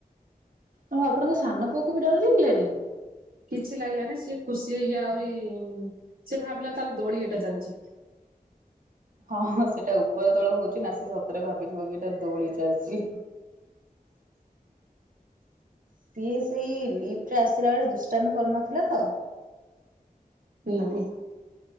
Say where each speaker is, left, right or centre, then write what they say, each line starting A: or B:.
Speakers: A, on the right; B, on the right.
A: ହଁ ଆପଣଙ୍କ ସାନ ପୁଅକୁ ବି ଡର ଲାଗିଲାନି?
B: କିଛି ଲାଗିଲାନି ସିଏ ଖୁସି ହେଇକି ଆହୁରି ସେ ଭାବିଲା ତାର ଦୋଳି ଏଟା ଚାଲିଚି।
A: ହଁ-ହଁ ସେଇଟା ଉପର ତଳ ହଉଚି ନା ସିଏ ସ ତରେ ଭାବିଥିବ କି ଏଇଟା ଦୋଳି ଚାଲ୍ଚି। ସିଏ ସେଇ ଲିଫ୍ଟରେ ଆସିଲା ବେଳେ ଦୁଷ୍ଟାମି କରୁନଥିଲା ତ?
B: ନାଇଁ।